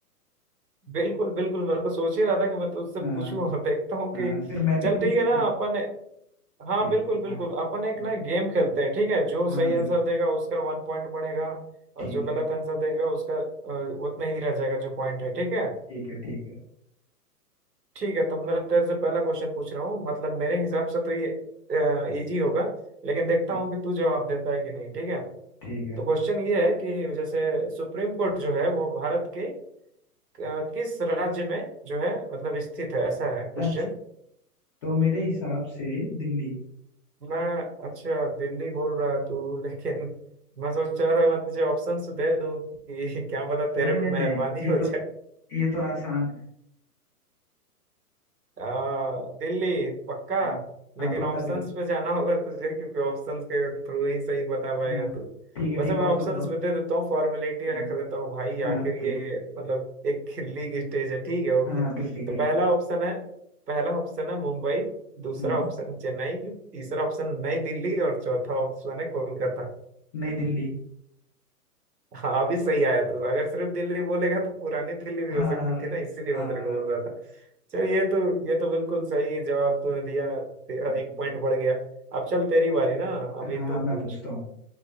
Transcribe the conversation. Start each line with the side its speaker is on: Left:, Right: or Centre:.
Right: बिल्कुल बिल्कुल मैं तो सोच ही रहा था कि मैं तुझसे
Left: हाँ
Right: पूछूं और देखता हूँ कि
Left: हाँ फिर मैं भी
Right: चल
Left: पूछूंगा
Right: ठीक है ना अपन हाँ
Left: ठीक
Right: बिल्कुल
Left: है
Right: बिल्कुल
Left: हाँ
Right: अपन एक
Left: हाँ
Right: ना गेम खेलते हैं ठीक है जो
Left: हाँ
Right: सही आंसर
Left: बिल्कुल
Right: देगा उसका वन पॉइंट पड़ेगा और
Left: ठीक
Right: जो गलत
Left: है
Right: आंसर देगा उसका अ, उतना ही रह जाएगा जो पॉइंट है ठीक है
Left: ठीक है ठीक है
Right: ठीक है तब मैं तेरे से पहला क्वेश्चन पूछ रहा हूँ मतलब मेरे हिसाब से तो ये इजी होगा लेकिन देखता
Left: हम्म,
Right: हूँ कि तू जवाब देता है कि नहीं ठीक है
Left: ठीक है
Right: तो क्वेश्चन ये है कि जैसे सुप्रीम कोर्ट जो है वो भारत के अ, किस राज्य में जो है मतलब स्थित है ऐसा है क्वेश्चन
Left: अच्छा तो मेरे हिसाब से दिल्ली
Right: मैं अच्छा दिल्ली बोल रहा तू <laughs> लेकिन मैं सोच रहा था मैं तुझे ऑप्शन दे दूँ कि <laughs> क्या पता तेरे
Left: अरे
Right: पे
Left: नहीं नहीं
Right: मेहरबानी हो
Left: ये तो ये तो आसान है
Right: आ, दिल्ली
Left: हम्म,
Right: पक्का
Left: हम्म,
Right: लेकिन
Left: हाँ पक्का
Right: ऑप्शंस
Left: दिल्ली
Right: पे जाना होगा तुझे क्योंकि ऑप्शंस के थ्रू ही सही बता पाएगा
Left: हाँ
Right: तू
Left: ठीक है ठीक
Right: वैसे
Left: है
Right: मैं
Left: ऑप्शन
Right: ऑप्शंस
Left: दो
Right: भी दे देता हूँ फॉर्मेलिटी
Left: हम्म,
Right: रख देता हूँ भाई
Left: हाँ
Right: आखिर
Left: बिल,
Right: ये मतलब एक खिल्ली की स्टेज है ठीक है ओके
Left: हाँ बिल्कुल बिल्कुल
Right: तो पहला ऑप्शन है पहला ऑप्शन है मुंबई दूसरा
Left: हम्म
Right: ऑप्शन है चेन्नई तीसरा ऑप्शन नई दिल्ली और चौथा ऑप्शन है कोलकाता
Left: नई दिल्ली
Right: हाँ भी सही आया तू अगर सिर्फ दिल्ली बोलेगा तो पुरानी दिल्ली भी
Left: हाँ
Right: हो सकती थी ना इसीलिए
Left: हाँ
Right: मैं तेरे को बोल रहा था चल ये तो ये तो बिल्कुल सही जवाब तूने दिया तेरा
Left: हम्म,
Right: एक पॉइंट बढ़ गया अब चल तेरी बारी ना अभी
Left: हाँ
Right: तू
Left: मैं
Right: पूछ
Left: पूछता हूँ